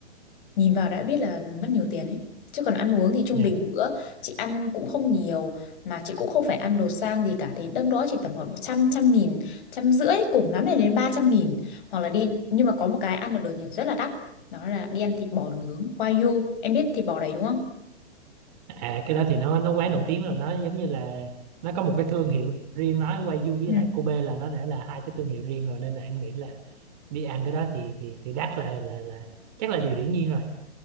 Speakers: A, on the left; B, on the right.
A: nhìn vào đã biết là mất nhiều tiền ấy chứ còn ăn uống thì trung
B: dạ.
A: bình một bữa chị ăn cũng không nhiều mà chị cũng không phải ăn đồ sang gì cả thì đâm đó chỉ tầm khoảng một trăm trăm nghìn trăm rưỡi cùng lắm này đến ba trăm nghìn hoặc là đi nhưng mà có một cái ăn ở đồ Nhật rất là đắt đó là đi ăn thịt bò nướng Wagyu em biết thịt bò đấy đúng không
B: à cái đó thì nó nó quá nổi tiếng rồi nó giống như là nó có một cái thương hiệu riêng nói Wagyu
A: Ừ.
B: với lại Kobe là nó đã là hai cái thương hiệu riêng rồi nên là em nghĩ là đi ăn cái đó thì thì thì đắt là là là chắc là điều hiển nhiên rồi